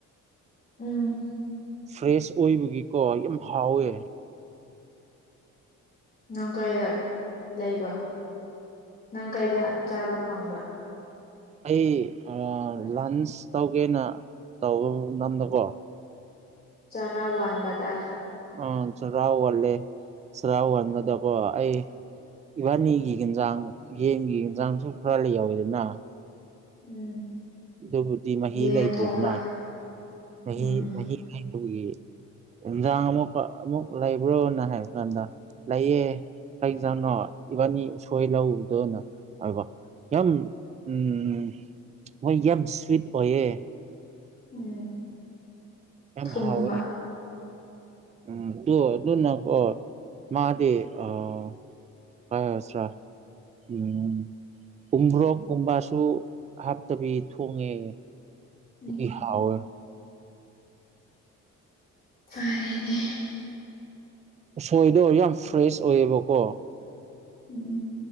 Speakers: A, on the left; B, on the right.
A: ꯎꯝ
B: ꯐ꯭ꯔꯦꯁ ꯑꯣꯏꯕꯒꯤꯀꯣ ꯌꯥꯝ ꯍꯥꯎꯋꯦ
A: ꯅꯪ ꯀꯥꯏꯗ ꯂꯩꯕ ꯅꯪ ꯀꯥꯏꯗꯗ ꯆꯥꯕ ꯐꯪꯕ
B: ꯑꯩ ꯑꯥ ꯂꯟꯁ ꯇꯧꯒꯦꯅ ꯇꯧꯕ ꯝꯇꯝꯗꯀꯣ
A: ꯆꯥꯔꯥ ꯋꯥꯟꯕꯗ
B: ꯑꯥ ꯆꯔꯥ ꯋꯥꯜꯂꯦ ꯆꯥꯔꯥ ꯋꯥꯟꯕꯗꯀꯣ ꯑꯩ ꯏꯕꯥꯟꯅꯤꯒꯤ ꯍꯦꯟꯁꯥꯡ ꯌꯦꯟꯒꯤ ꯍꯦꯟꯖꯥꯡꯁꯨ ꯈꯔ ꯂꯩꯍꯧꯋꯤꯗꯅ
A: ꯎꯝ
B: ꯑꯗꯨꯕꯨꯗꯤ ꯃꯍꯤ
A: ꯌꯦꯟ
B: ꯂꯩꯇ꯭ꯔꯦꯗꯅ
A: ꯊꯣꯡꯕ
B: ꯃꯍꯤ
A: ꯎꯝ
B: ꯃꯍꯤ <unintelligible> ꯅꯨꯡꯗꯥꯡ ꯑꯃꯨꯛꯀ ꯑꯃꯨꯛ ꯂꯩꯕ꯭ꯔꯣꯅ ꯍꯥꯏꯕ ꯀꯥꯟꯗ ꯂꯩꯌꯦ ꯀꯩꯖꯥꯡꯅꯣ ꯏꯕꯥꯟꯅꯤ ꯎꯁꯣꯏ ꯂꯧꯔꯨꯕꯗꯣꯅ ꯍꯥꯏꯕ ꯌꯥꯝ ꯎꯝ ꯃꯣꯏ ꯌꯥꯝ ꯁ꯭ꯋꯤꯠ ꯑꯣꯏꯌꯦ
A: ꯎꯝ
B: ꯌꯥꯝ
A: ꯊꯨꯝꯕ
B: ꯍꯥꯎꯋꯦ ꯎꯝ ꯗꯨ ꯑꯗꯨꯅꯀꯣ ꯃꯥꯗꯤ ꯑꯥ <unintelligible> ꯎꯝ ꯎꯃꯣꯔꯣꯛꯀꯨꯝꯕꯁꯨ ꯍꯥꯞꯇꯕꯤ ꯊꯣꯡꯉꯦ ꯑꯗꯨꯒꯤ
A: ꯎꯝ
B: ꯍꯥꯎꯋꯦ
A: ꯐꯔꯦꯅꯦ
B: ꯎꯁꯣꯏꯗꯣ ꯌꯥꯝ ꯐ꯭ꯔꯦꯁ ꯑꯣꯏꯌꯦꯕꯀꯣ
A: ꯎꯝ